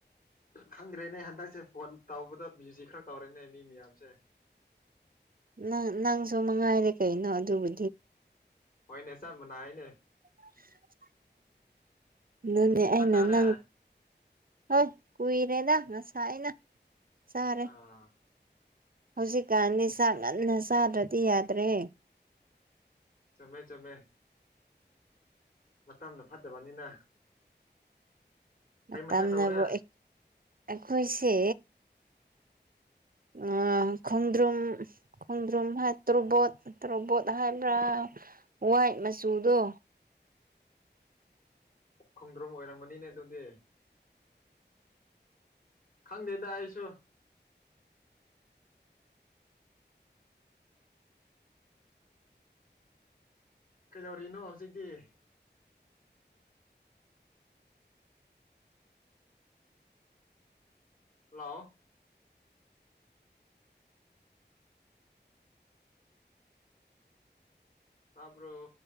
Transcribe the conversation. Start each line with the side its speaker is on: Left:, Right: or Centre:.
Left: ꯈꯪꯗ꯭ꯔꯦꯅꯦ ꯍꯟꯗꯛꯁꯦ ꯐꯣꯟ ꯇꯧꯕꯗ ꯕꯤꯖꯤ ꯈꯔ ꯇꯧꯔꯦꯅꯦ ꯃꯤ ꯃꯌꯥꯝꯁꯦ <unintelligible>
Right: ꯅꯪ ꯅꯪꯁꯨ ꯃꯉꯥꯏꯔꯦ ꯀꯩꯅꯣ ꯑꯗꯨꯕꯨ
Left: ꯍꯣꯏꯅꯦ ꯆꯥꯞ ꯃꯥꯟꯅꯥꯏꯅꯦ
Right: <unintelligible> ꯑꯗꯨꯅꯦ
Left: ꯆꯥꯛ
Right: ꯑꯩꯅ
Left: ꯆꯥꯔꯦ
Right: ꯅꯪ ꯍꯣꯏ ꯀꯨꯏꯔꯦꯗ ꯉꯁꯥꯏ ꯑꯩꯅ ꯆꯥꯔꯦ
Left: ꯑ
Right: ꯍꯧꯖꯤꯛꯀꯥꯟꯗꯤ ꯆꯥꯛ ꯉꯟꯅ ꯆꯥꯗ꯭ꯔꯗꯤ ꯌꯥꯗ꯭ꯔꯦ
Left: ꯆꯨꯝꯃꯦ ꯆꯨꯝꯃꯦ ꯃꯇꯝꯅ ꯐꯠꯇꯕꯅꯤꯅ
Right: ꯃꯇꯝꯅꯕꯨ
Left: ꯀꯩ ꯃꯊꯦꯜ ꯇꯧꯔꯦ
Right: ꯑꯦ ꯑꯩꯈꯣꯏꯁꯦ ꯑꯥ ꯈꯣꯡꯗ꯭ꯔꯨꯝ ꯈꯣꯡꯗ꯭ꯔꯨꯝ <unintelligible> ꯇꫭꯔꯕꯣꯠ ꯇꫭꯔꯕꯣꯠ ꯍꯥꯏꯕ꯭ꯔ ꯋꯥꯠꯇ ꯃꯆꯨꯗꯣ
Left: ꯈꯣꯡꯗ꯭ꯔꯨꯝ ꯑꯣꯏꯔꯝꯒꯅꯤꯅꯦ ꯑꯗꯨꯗꯤ ꯈꯪꯗꯦꯗ ꯑꯩꯁꯨ ꯀꯩꯗꯧꯔꯤꯅꯣ ꯍꯧꯖꯤꯛꯇꯤ ꯍꯜꯂꯣ ꯇꯥꯕ꯭ꯔꫭ